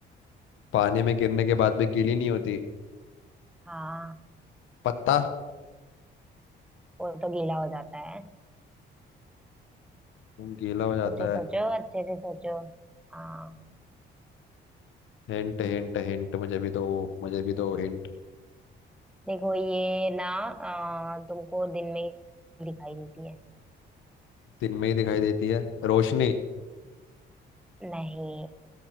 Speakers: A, on the left; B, in the centre.
A: पानी में गिरने के बाद भी गीली नहीं होती
B: हाँ
A: पत्ता
B: वो तो गीला हो जाता है
A: खून गीला हो जाता
B: सोचो
A: है
B: सोचो अच्छे से सोचो हाँ
A: हिंट हिंट हिंट मुझे भी दो मुझे भी दो हिंट
B: देखो ये ना आ, तुमको दिन में ही दिखाई देती है
A: दिन में ही दिखाई देती है रोशनी
B: नहीं